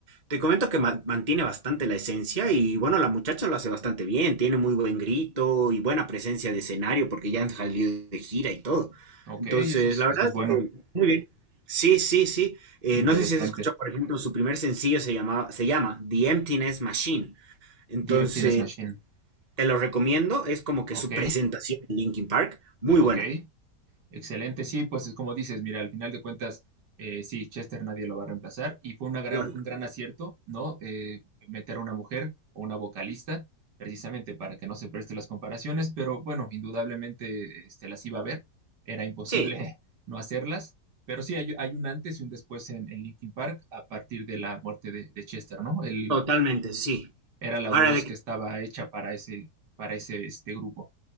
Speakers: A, on the right; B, on the right.
A: te comento que ma- mantiene bastante la esencia y bueno, la muchacha lo hace bastante bien, tiene muy buen grito y buena presencia de escenario porque ya han salido de gira y todo.
B: ok,
A: Entonces,
B: eso es,
A: la
B: eso
A: verdad,
B: es bueno,
A: eh, muy bien. Sí, sí, sí. Eh,
B: interesante.
A: no sé si has escuchado, por ejemplo, su primer sencillo se llamaba, se llama The Emptiness Machine. Entonces,
B: The Emptiness Machine,
A: te lo recomiendo, es como
B: ok,
A: que su presentación en Linkin Park, muy
B: ok,
A: buena.
B: Excelente, sí, pues es como dices, mira, al final de cuentas, eh, sí, Chester nadie lo va a reemplazar y fue una gran,
A: Lógico.
B: un gran acierto, ¿no? Eh, meter a una mujer o una vocalista, precisamente para que no se preste las comparaciones, pero bueno, indudablemente este, las iba a ver, era imposible
A: Sí,
B: <laughs> no hacerlas, pero sí, hay, hay un antes y un después en, en Linkin Park a partir de la muerte de, de Chester, ¿no? Él
A: totalmente, sí.
B: era la
A: Ahora,
B: voz
A: de que
B: que estaba hecha para ese, para ese este grupo,